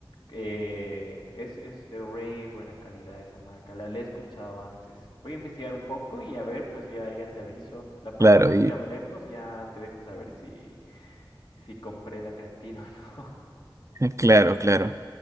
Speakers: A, on the left; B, on the right.
A: Eh, es, es de re buena calidad esa marca, la, la he escuchado antes. Voy a investigar un poco y a ver, pues ya, ya te aviso. La próxima
B: Claro,
A: que hablemos ya te dejo saber si, si compré la creatina o no. <laughs>
B: Claro, claro.